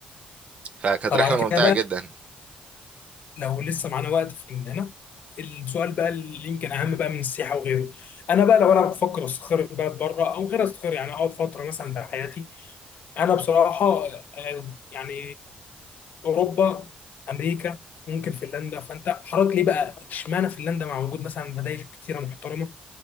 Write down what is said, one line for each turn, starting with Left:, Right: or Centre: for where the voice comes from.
Right: فكانت
Left: طب
Right: رحلة
Left: على
Right: ممتعة
Left: كده بقى
Right: جدا
Left: لو لسه معانا وقت في ال- هنا السؤال بقى اللي يمكن اهم بقى من السياحه وغيره انا بقى لو انا بفكر استقر في بلد بره او غير استقر يعني اقعد فتره مثلا في حياتي انا بصراحه آه، يعني اوروبا امريكا ممكن فنلندا فانت حضرتك ليه بقى اشمعنى فنلندا مع وجود مثلا بدائل كتيره محترمه